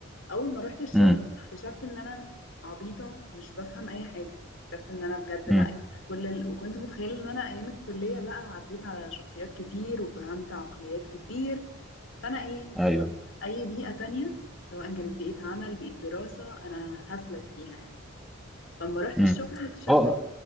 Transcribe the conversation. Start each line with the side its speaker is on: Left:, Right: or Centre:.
Left: اول ما رحت الشغل
Centre: امم
Left: اكتشفت ان انا عبيطه مش بفهم اي حاجه اكتشفت ان انا بجد لا
Centre: أمم.
Left: يعني كل ال... وكنت متخيله ان انا ايام الكليه بقى عديت على شخصيات كتير وفهمت عقليات كتير فانا ايه
Centre: ايوه
Left: اما اروح اي بيئه تانية سواء كانت بيئه عمل بيئه دراسه انا هسلك فيها يعني فلما رحت
Centre: امم
Left: الشغل اكتشفت
Centre: هو